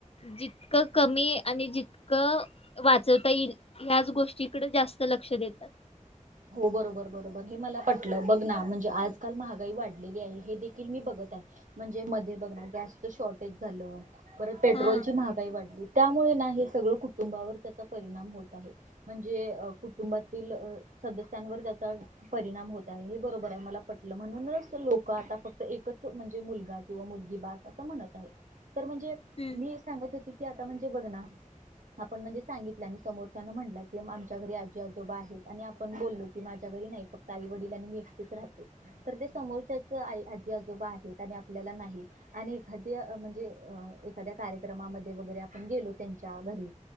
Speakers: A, on the left; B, on the right.
A: जितकं कमी आणि जितकं वाचवता येईल ह्याच गोष्टीकड जास्त लक्ष देतात.
B: हो बरोबर बरोबर हे मला पटलं बघ ना म्हणजे आजकाल महागाई वाढलेली आहे हे देखील मी बघत आहे. म्हणजे मध्ये बघ ना गॅसच शॉर्टेज झालं परत पेट्रोलची
A: हा
B: महागाई वाढली त्यामुळे ना सगळ कुटुंबावर त्याचा परिणाम होत आहे म्हणजे कुटुंबातील अ सदस्यांवर त्याचा परिणाम होत आहे हे बरोबर आहे मला पटलं म्हणूनच तर लोक आता फक्त एकच म्हणजे मुलगा किंवा मुली बास अस म्हणत आहे तर म्हणजे
A: हम्म
B: मी सांगत होते की आता म्हणजे म्हणजे बघ ना आपण म्हणजे सांगितल आणि समोरच्यान म्हटल कि आमच्या घरी आजी आजोबा आहेत आणि आम्ही पण बोललो की माझ्या घरी नाही फक्त आई वडिल आणि मी एकटीच राहते तर ते समोरच्याच आई आजी आजोबा आजी आजोबा आहेत आणि आपल्याला नाहीत आणि एखाद्या म्हणजे एखाद्या कार्यक्रमांमध्ये वगैरे आपण गेलो गेलो त्यांच्या घरी